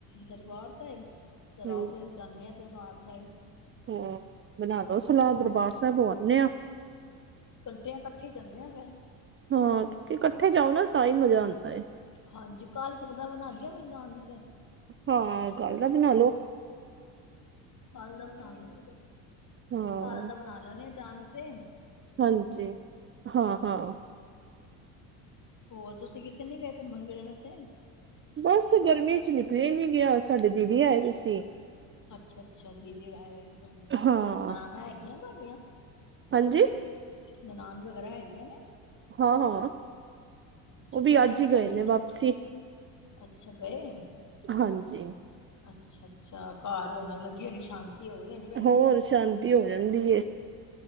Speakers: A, on the left; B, on the right.
A: ਦਰਬਾਰ ਸੇਅਬ ਚਲ
B: ਹੂੰ
A: ਆਉ ਫੇਰ। ਜਾਂਨੇ ਆ ਦਰਬਾਰ ਸਾਹਿਬ।
B: ਹਾਂ ਬਣਾ ਲੋ ਸਲਾਅ
A: ਹੋ
B: ਦਰਬਾਰ ਸਾਅਬ ਹੋ ਆਂਨੇ ਆ।
A: ਘੰਟੇ ਆ ਕੱਠੇ ਈ ਚੱਲਨੇ ਆ ਫੇਰ।
B: ਹਾਂ ਕਿਉਂਕਿ ਕੱਠੇ ਜਾਓ ਨਾ ਤਾਂ ਈ ਮਜ਼ਾ ਆਂਦਾ ਏ।
A: ਹਾਂਜੀ ਕੱਲ ਸੁਵਧਾ ਬਨਾ ਲਈ ਆ ਫੇਰ ਜਾਣ‌ ਦਾ ਫੇਰ।
B: ਹਾਂ ਕੱਲ ਦਾ ਬਨਾ ਲੋ।
A: ਕੱਲ ਦਾ ਬਨਾ ਲੋ,
B: ਹਾਂ।
A: ਕੱਲ ਦਾ ਬਣਾ ਲੈ ਨੇ ਆ ਜਾਣ ਵਸਤੇ।
B: ਹਾਂਜੀ, ਹਾਂ-ਹਾਂ।
A: ਹੋਰ ਤੁਸੀਂ ਕਿੱਥੇ ਨੀ ਗਏ ਘੁੰਮਨ-ਫਿਰਨ ਆਸਤੇ।
B: ਬਸ ਗਰਮੀ ਚ ਨਿਕਲੇਆ ਈ ਨੀ ਗਿਆ, ਸਾਡੇ ਦੀਦੀ ਆਏ ਦੇ ਸੀ।
A: ਅੱਛਾ-ਅੱਛਾ ਦੀਦੀ ਆਏ ਹੋਏ ਸੀ ਤੁਆਡੇ,
B: ਹਾਂ
A: ਨਨਾਨਾ ਹੈਗੀਆਂ ਤੁਆਡੀਆਂ?
B: ਹਾਂਜੀ
A: ਨਨਾਨ ਵਗੈਰਾ ਹੈਗੀਆਂ ਨੇ?
B: ਹਾਂ ਹਾਂ
A: ਅੱਛਾ,
B: ਉਹ ਵੀ
A: ਕਿੰਨੀਆਂ
B: ਅੱਜ
A: ਨੇ
B: ਹੀ
A: ਭੈਨ
B: ਗਏ
A: ਜੀ?
B: ਵਾਪਸੀ
A: ਅੱਛਾ, ਗਏ।
B: ਹਾਂਜੀ।
A: ਅੱਛਾ-ਅੱਛਾ, ਘਰ ਰੋਨੱਕ ਲੱਗੀ ਹੋਨੀ, ਸ਼ਾਂਤੀ ਹੋਈ ਹੋਨੀ, ਭੈਨ
B: ਹੋਰ
A: ਜੀ?
B: ਸ਼ਾਂਤੀ ਹੋ ਜਾਂਦੀ ਏ।